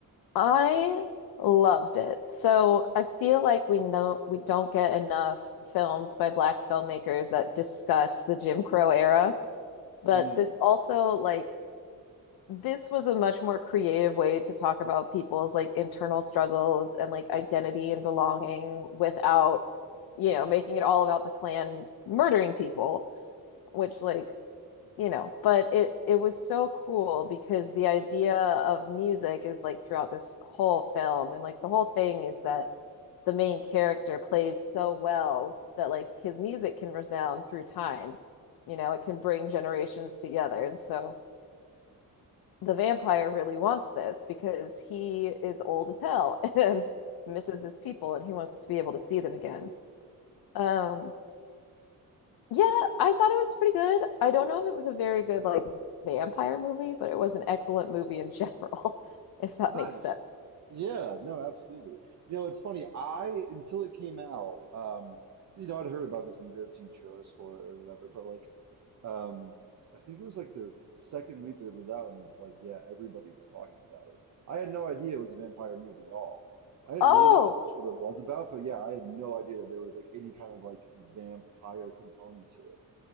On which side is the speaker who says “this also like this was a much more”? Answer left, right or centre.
Left